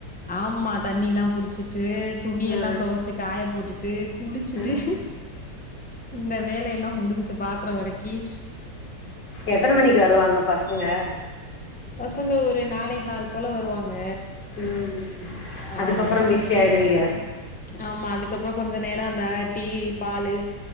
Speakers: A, in the centre; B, on the left (about 85°).
A: ஆமா தண்ணில்லா புடிச்சிட்டு துணி
B: ம்
A: எல்லா துவச்சு காய போட்டுட்டு விட்டு குளிச்சிட்டு
B: ம்
A: இந்த வேலையெல்லா முடிஞ்சு பாத்திரோ விளக்கி
B: எத்தன மணிக்கு வரு வாங்க பாஸ் அஹ்
A: பசங்க ஒரு நாளேஹால் போல வருவாங்க
B: ம் அதுக்கப்புறோ
A: ஆமா
B: பிஸி ஆயிருவீக
A: ஆமா அதுக்கப்புறோ கொஞ்ச நேரோ அந்த டீ பாலு